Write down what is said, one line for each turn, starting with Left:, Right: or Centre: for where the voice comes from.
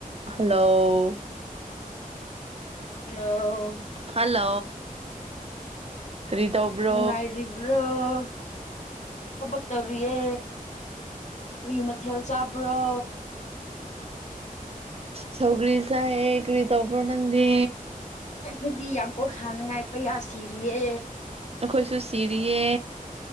Right: hello
Left: hello
Right: hello ꯀꯔꯤ ꯇꯧꯕꯔꯣ
Left: ꯅꯨꯡꯉꯥꯏꯔꯤꯕ꯭ꯔꯣ ꯊꯕꯛ ꯇꯧꯔꯤꯌꯦ ꯀꯔꯤ ꯃꯊꯦꯜ ꯆꯥꯕ꯭ꯔꯣ
Right: ꯁꯧꯒ꯭ꯔꯤ ꯆꯥꯏꯌꯦ ꯀ꯭ꯔꯤ ꯇꯧꯕ꯭ꯔꯣ ꯅꯪꯗꯤ
Left: ꯑꯩꯈꯣꯏꯗꯤ ꯌꯥꯝ ꯀꯣꯛ ꯁꯥꯅꯉꯥꯏ ꯄꯩꯌꯥ ꯁꯤꯔꯤꯌꯦ
Right: ꯑꯈꯣꯏꯁꯨ ꯁꯤꯔꯤꯌꯦ